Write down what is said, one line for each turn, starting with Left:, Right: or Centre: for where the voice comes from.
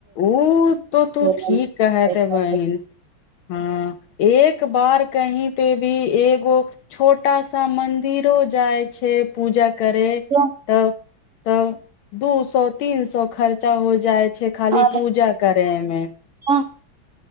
Left: ओ तो
Right: तुरंत
Left: तू ठीक कहते
Right: पैसा
Left: बहिन हँ एक बार कही पे भी एगो छोटा सा मंदिरो जाय छै पूजा करे
Right: ह
Left: तऽ तऽ दू सउतिन स खर्चा हो जाइ छै खाली
Right: आ
Left: पूजा करे मे
Right: ह